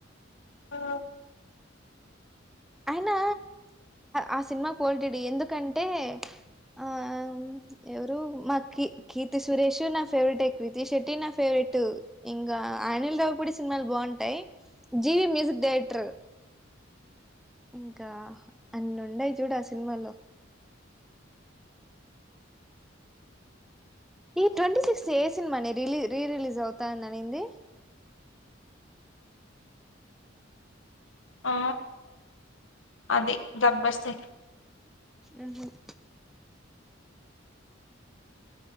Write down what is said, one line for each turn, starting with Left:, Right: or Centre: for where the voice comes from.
Left: ఆ
Centre: అయినా ఆ సినిమా కోల్టిడి ఎందుకంటే ఆ ఎవరు మా కీ కీర్తి సురేష్ నా ఫేవరెట్ కీతి శెట్టి నా ఫేవరెట్ టూ ఇంకా అనిల్ రావిపూడి సినిమాలు బాగుంటాయి జివి మ్యూజిక్ డైరెక్టర్ ఇంకా అన్ని ఉండాయి చూడు ఆ సినిమాలో ఈ ట్వంటీ సిక్స్ ఏ సినిమా నే రిలీ రీ రిలీజ్ అవుతాని అనింది
Left: ఆ అదే జబ్బర్ సింగ్
Centre: ఉహుమ్